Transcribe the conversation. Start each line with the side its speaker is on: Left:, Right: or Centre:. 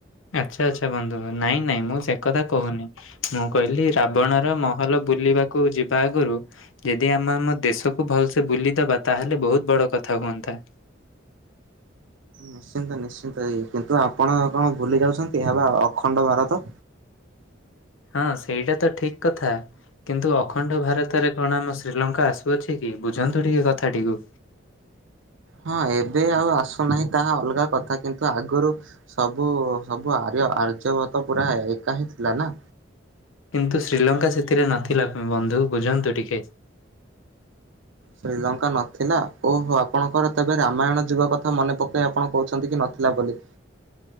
Left: ଆଛା ଆଛା ବନ୍ଧୁ ନାଇଁ ନାଇଁ ମୁଁ ସେ କଥା କୋହୁନି ମୁଁ କହିଲି ରାବଣର ମହଲ ବ୍ ବୁଲିବାକୁ ଯିବା ଆଗରୁ ଯେଦି ଆମେ ଆମ ଦେଶକୁ ଭଲସେ ବୁଲିଦବା ତାହେଲେ ବହୁତ ବଡ କଥା ହୁଅନ୍ତା।
Right: ନିଶ୍ଚିନ୍ତ ନିଶ୍ଚିନ୍ତ ଏଇ କିନ୍ତୁ ଆପଣ କଣ ଭୁଲି ଯାଉଛନ୍ତି ଏହା ବା ଅଖଣ୍ଡ ଭାରତ।
Left: ହଁ ସେଇଟା ତ ଠିକ୍ କଥା। କିନ୍ତୁ ଅଖଣ୍ଡ ଭାରତରେ କଣ ଆମ ଶ୍ରୀଲଙ୍କା ଆସୁଅଛି କି ବୁଝନ୍ତୁ ଟିକେ କଥାଟିକୁ
Right: ହଁ ଏବେ ଆଉ ଆସୁନାହିଁ ତାହା ଅଲଗା କଥା କିନ୍ତୁ ଆଗରୁ ସବୁ ଉ ସବୁ ଆର୍ ଆର୍ଯ୍ୟବତ ପୁରା ଏକା ହିଁ ଥିଲା ନା।
Left: କିନ୍ତୁ ଶ୍ରୀଲଙ୍କା ସେଥିରେ ନଥିଲା ବନ୍ଧୁ ବୁଝନ୍ତୁ ଟିକେ
Right: ଶ୍ରୀଲଙ୍କା ନଥିଲା। ଓହୋ ଆପଣଙ୍କର ତେବେ ରାମାୟଣ ଯୁଗ କଥା ମନେ ପକେଇ ଆପଣ କହୁଛନ୍ତି କି ନଥିଲା। ବୋଲି